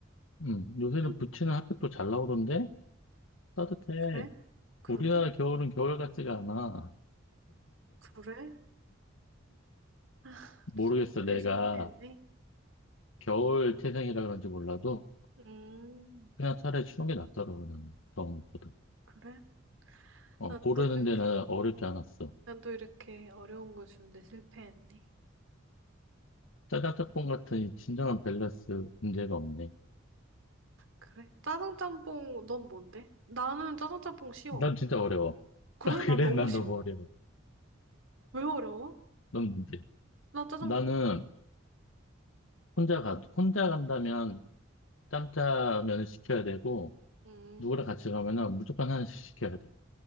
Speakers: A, on the left; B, on the right.
A: 음, 요새는
B: 한-
A: 부치는 핫팩도 잘 나오던데? 따뜻해.
B: 그래? 그래?
A: 우리나라 겨울은 겨울 같지가 않아.
B: 그래? 아,
A: 모르겠어,
B: 또 설득에
A: 내가.
B: 실패했네.
A: 겨울 태생이라 그런지 몰라도
B: 음,
A: 그냥 차라리 추운 게 낫더라고 나는 더운 것보다.
B: 그래?
A: 어,
B: 난
A: 고르는
B: 또 이렇게,
A: 데는 어렵지 않았어.
B: 난 또 이렇게 어려운 거 주는데 실패했네.
A: 짜장짬뽕 같은 이 진정한 밸런스 문제가 없네.
B: 그래? 짜장짬뽕, 넌 뭔데? 나는 짜장짬뽕 쉬워.
A: 난 진짜 어려워.
B: 그래?
A: <laughs>
B: 난
A: 그래,
B: 너무
A: 난
B: 쉬워.
A: 너무 어려워.
B: 왜 어려워?
A: 넌 뭔데?
B: 난 짜장면.
A: 나는 혼자 가, 혼자 간다면 짬짜면을 시켜야 되고,
B: 음,
A: 누구랑 같이 가면은 무조건 하나씩 시켜야 돼.